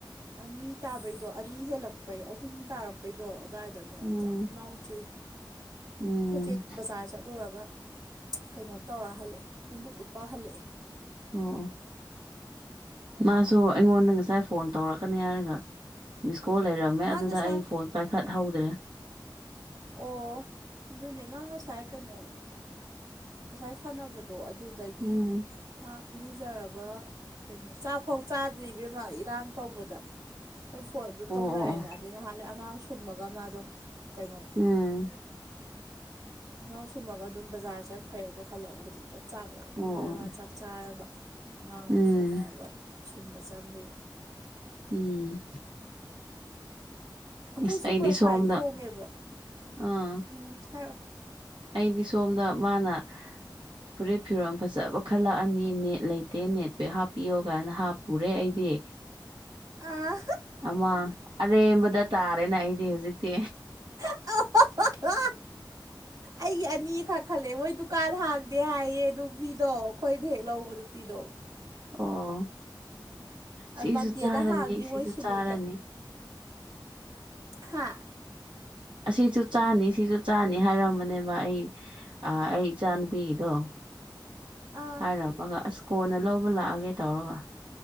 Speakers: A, on the right; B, on the right.
A: ꯑꯅꯤ ꯇꯥꯕꯩꯗꯣ ꯑꯅꯤ ꯍꯦꯜꯂꯛꯄꯩ ꯑꯍꯨꯝ ꯇꯥꯔꯛꯄ ꯀꯩꯗꯣ ꯑꯗꯨꯋꯥꯏꯗ ꯅꯣꯡ
B: ꯎꯝ
A: ꯌꯥꯝ ꯂꯥꯎ ꯆꯨꯏ
B: ꯎꯝ
A: ꯑꯩꯣꯏꯆꯦ ꯕꯖꯥꯔ ꯆꯠꯂꯨꯔꯒ ꯀꯩꯅꯣ ꯇꯧꯔ ꯍꯜꯂꯛꯑꯦ ꯐꯣꯡꯗꯣꯛꯂꯨꯨꯞꯄ ꯍꯜꯂꯛꯑꯦ
B: ꯑꯣ ꯑꯣ ꯃꯥꯁꯨ ꯑꯩꯉꯣꯟꯗ ꯉꯁꯥꯏ ꯐꯣꯟ ꯇꯧꯔꯛꯀꯅꯤ ꯍꯥꯏꯔꯒ ꯃꯤꯁ ꯀꯣꯜ ꯂꯩꯔꯝ ꯃꯦ
A: ꯃꯥ
B: ꯑꯗꯨꯗ
A: ꯉꯁꯥꯏ
B: ꯑꯩ ꯐꯣꯟ ꯄꯥꯏꯈꯠꯍꯧꯗ꯭ꯔꯦ
A: ꯑꯣ ꯑꯗꯨꯅꯦ ꯃꯥ ꯉꯁꯥꯏ ꯀꯩꯅꯣ ꯉꯁꯥꯏ ꯁꯥꯟꯅꯕꯗꯣ ꯑꯣ ꯑꯗꯨꯗꯒꯤ
B: ꯎꯝ
A: ꯃꯥ ꯏꯔꯨꯖꯔꯒ ꯀꯩꯅꯣ ꯆꯥꯛꯐꯧ ꯆꯥꯗ꯭ꯔꯤꯕꯕꯦꯝꯃ ꯏꯔꯥꯡ ꯇꯧꯕꯗ ꯍꯣꯏ ꯐꯣꯟ ꯑꯗꯨ
B: ꯑꯣ
A: ꯇꯧꯅꯔꯦꯅ
B: ꯑꯣ ꯑꯣ
A: ꯑꯗꯩ ꯅꯍꯥꯟꯂ ꯑꯉꯥꯡ ꯁꯨꯝꯃꯒ ꯃꯥꯗꯣ ꯀꯩꯅꯣ
B: ꯎꯝ
A: ꯑꯉꯥꯡ ꯁꯨꯝꯃꯒ ꯑꯗꯨꯝ ꯕꯖꯥꯔ ꯆꯠꯈ꯭ꯔꯦ ꯑꯗꯣ ꯍꯜꯂꯒ ꯍꯧꯖꯤꯛꯇ ꯆꯥꯛ ꯂꯥꯛꯃꯟꯗꯅ
B: ꯑꯣ ꯑꯣ
A: ꯃꯥ ꯆꯥꯛ ꯆꯥꯔꯒ ꯑꯉꯥꯡ ꯑꯃꯨꯛ
B: ꯎꯝ
A: ꯁꯨꯝꯃꯒ ꯑ ꯁꯨꯝꯕ ꯆꯥꯗꯩꯦ
B: ꯎꯝ
A: ꯑꯩꯈꯣꯏ
B: ꯏꯁ
A: ꯁꯨꯄꯔꯐꯥꯏꯟ
B: ꯑꯩꯗꯤ ꯁꯣꯝꯗ
A: ꯊꯣꯡꯉꯦꯕ
B: ꯑꯥ
A: ꯎꯝ ꯍꯥꯏꯔꯛꯑꯣ
B: ꯑꯩꯗꯤ ꯁꯣꯝꯗ ꯃꯥꯅ ꯐꯨꯔꯤꯠ ꯐꯤꯔꯣꯟꯜ ꯐꯖꯕ ꯈꯜꯂꯛꯑꯅꯤ ꯅꯦꯠ ꯂꯩꯇꯦ ꯅꯦꯠꯄꯦꯛ ꯍꯥꯞꯄꯤꯌꯣ ꯀꯥꯏꯅ ꯍꯥꯞꯄꯨꯔꯦ ꯑꯩꯗꯤ
A: ꯑꯥ
B: ꯑꯃ ꯑꯔꯦꯝꯕꯗ ꯇꯥꯔꯦꯅ ꯑꯩꯗꯤ ꯍꯧꯖꯤꯛꯇꯤ
A: ꯑ ꯍ ꯍ ꯑꯩꯒꯤ ꯑꯅꯤꯈꯛ ꯈꯜꯂꯦ ꯃꯣꯏ ꯗꯨꯀꯥꯟꯗ ꯍꯥꯡꯗꯦ ꯍꯥꯏꯌꯦ ꯑꯗꯨꯣ ꯐꯤꯗꯣ ꯑꯩꯈꯣꯏꯗꯤ ꯍꯦꯛ ꯂꯧꯕꯗꯨ ꯅꯨꯄꯤꯗꯣ
B: ꯑꯣ ꯁꯤꯁꯨ
A: ꯃꯟꯗꯦꯗ
B: ꯆꯥꯔꯅꯤ
A: ꯍꯥꯡꯅꯤ
B: ꯁꯤꯁꯨ
A: ꯃꯣꯏ ꯁꯤꯂꯣ
B: ꯆꯥꯔꯅꯤ
A: ꯍꯥ
B: ꯑꯁꯤꯁꯨ ꯆꯥꯅꯤ ꯁꯤꯁꯨ ꯆꯥꯅꯤ ꯍꯥꯏꯔꯝꯕꯅꯦꯕ ꯑꯩ ꯑ ꯑꯩ ꯏꯆꯥ ꯅꯨꯨꯄꯤꯒꯤꯗꯣ
A: ꯑꯥ
B: ꯍꯥꯏꯔꯝꯃꯒ ꯑꯁ ꯀꯣꯟꯅ ꯂꯧꯕ ꯂꯥꯛꯑꯒꯦ ꯇꯧꯔꯒ